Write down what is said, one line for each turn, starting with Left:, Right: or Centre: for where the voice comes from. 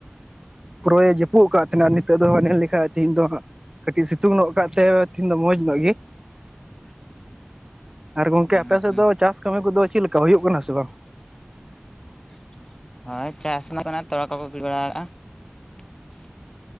Right: ᱯᱩᱨᱟᱹᱭᱮ ᱡᱟᱹᱯᱩᱜ ᱠᱟᱜ ᱛᱷᱮᱦᱱᱟ ᱱᱤᱛᱚᱜ ᱫᱚ ᱦᱚ ᱧᱮᱞ ᱞᱤᱠᱷᱟᱡ ᱛᱮᱦᱤᱧ ᱫᱚ ᱦᱟᱸᱜ, ᱠᱟᱹᱴᱤᱡ ᱥᱤᱛᱩᱝ ᱧᱚᱜ ᱠᱟᱜ ᱛᱮ ᱛᱤᱦᱧ ᱫᱚ ᱢᱚᱸᱡᱽ ᱧᱚᱜ ᱜᱮ᱾
Left: <unintelligible>
Right: ᱟᱨ ᱜᱚᱝᱠᱮ
Left: ᱦᱩᱸ
Right: ᱟᱯᱮ ᱥᱮᱫ
Left: ᱦᱩᱸ
Right: ᱫᱚ ᱪᱟᱥ ᱠᱟᱹᱢᱤ ᱠᱚᱫᱚ ᱪᱮᱫ ᱞᱮᱠᱟ ᱦᱩᱭᱩᱜ ᱠᱟᱱᱟ ᱥᱮ ᱵᱟᱝ?
Left: <unintelligible> ᱦᱳᱭ ᱪᱟᱥ ᱚᱱᱟ ᱠᱷᱟᱱᱟ ᱛᱚ ᱟᱠᱚ ᱠᱚ ᱜᱤᱲᱤ ᱵᱟᱲᱟᱣ ᱠᱟᱜᱼᱟ, <unintelligible>